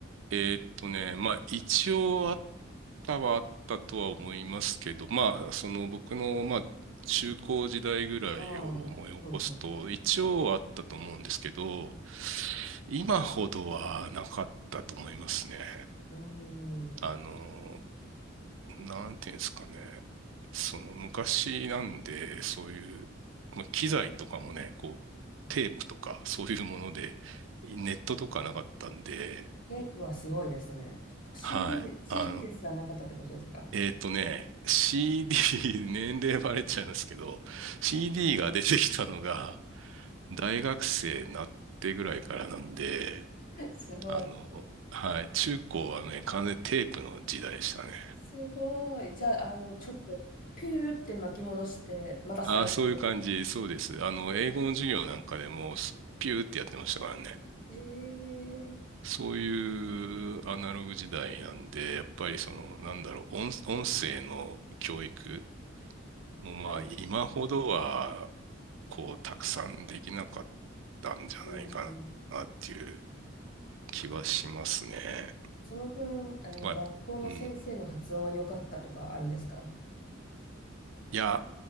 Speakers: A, on the right; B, on the left.
A: い。えーっとね、まあ一応あったはあったとは思いますけど、まあその僕のまあ中高時代ぐらいを思い起こすと一応あったと思うんですけど、
B: ああ、うん
A: 今ほどはなかったと思いますね。
B: うん。うん。
A: あの、なんていうんですかね。その昔なんで、そういう、まあ、機材とかもね、こう、テープとかそういうもので、ネットとかなかったんで、
B: テープはすごいですね。CD、
A: はい。
B: CD
A: あの、
B: ですらなかったってことですか
A: えっとね、CD、<laughs> 年齢バレちゃうんですけど、CD が出てきたのが大学生になってぐらいからなんで、
B: <laughs> すごい。
A: あの、はい、中高はね、完全にテープの時代でしたね。
B: すごい。じゃあ、あの、ちょっとピューって巻き戻して、また再生。
A: ああ、そういう感じ、そうです。あの、英語の授業なんかでも、すピューってやってましたからね。
B: えー、
A: そういうアナログ時代なんで、やっぱりその、なんだろう、音、音声の教育もまあ、
B: はい。
A: 今ほどは、こう、たくさんできなかったんじゃないかな、
B: うん。
A: っていう気はしますね。
B: その分、あの、
A: まあ、
B: 学校の先生の発音は良かったとかあるんですか
A: うん。いや、